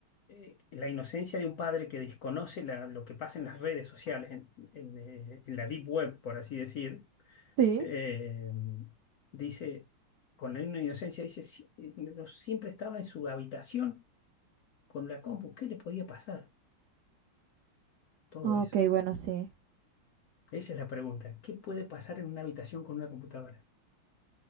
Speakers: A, on the left; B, on the right.
A: eh, la inocencia de un padre que desconoce la- lo que pasa en las redes sociales, en, en, eh, en la deep web, por así decir?
B: Sí.
A: eh, dice, con la misma inocencia, dice, "Si- eh, no, siempre estaba en su habitación con la compu. ¿Qué le podía pasar? Todo
B: Ah,
A: eso.
B: Ok, bueno, sí.
A: Esa es la pregunta. ¿Qué puede pasar en una habitación con una computadora?